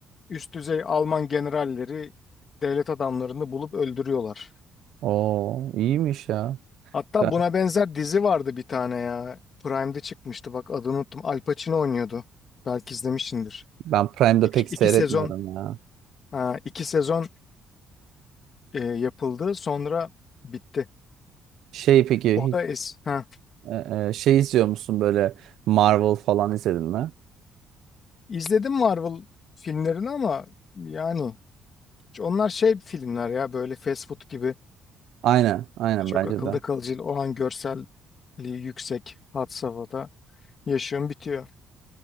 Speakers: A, on the left (about 45°); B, on the right (about 75°).
A: üst düzey Alman generalleri, devlet adamlarını bulup öldürüyorlar.
B: Oo, iyiymiş ya.
A: Hatta
B: Ben,
A: buna benzer dizi vardı bir tane ya. Prime'de çıkmıştı bak adını unuttum. Al Pacino oynuyordu. Belki izlemişsindir.
B: ben Prime'da
A: İki,
B: pek seyretmiyorum
A: iki sezon
B: ya.
A: ha, iki sezon e, yapıldı sonra bitti.
B: Şey peki
A: O
B: hiç
A: da es ha.
B: e, e, şey izliyor musun böyle Marvel falan izledin mi?
A: İzledim Marvel filmlerini ama yani onlar şey filmler ya böyle fast food gibi
B: Aynen, aynen
A: çok
B: bence
A: akılda
B: de.
A: kalıcı olan görselliği yüksek had safhada yaşıyorum bitiyor.